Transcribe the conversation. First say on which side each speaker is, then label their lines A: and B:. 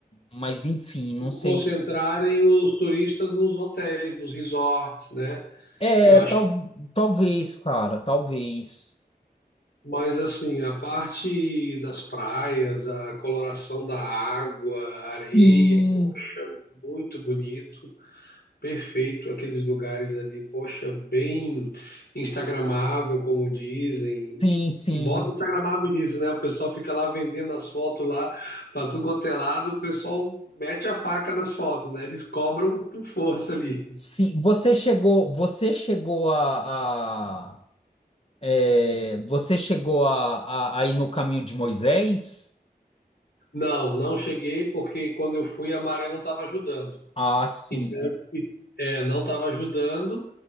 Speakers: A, on the left (about 35°); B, on the left (about 80°).
A: mas enfim, não sei.
B: concentrarem os turistas nos hotéis, nos resorts, né?
A: É,
B: Eu acho
A: tal, talvez, cara, talvez.
B: Mas assim, a parte das praias, a coloração da água, a areia,
A: Sim,
B: poxa, muito bonito, perfeito aqueles lugares ali, poxa, bem instagramável, como dizem.
A: sim, sim.
B: E bota instagramável disso, né? O pessoal fica lá vendendo as fotos lá para tudo quanto é lado, o pessoal mete a faca nas fotos, né? Eles cobram com força ali.
A: Sim, você chegou, você chegou a, a- é, você chegou a, a, a ir no caminho de Moisés?
B: Não, não cheguei porque quando eu fui a maré não estava ajudando.
A: Ah, sim.
B: Então, é, não estava ajudando.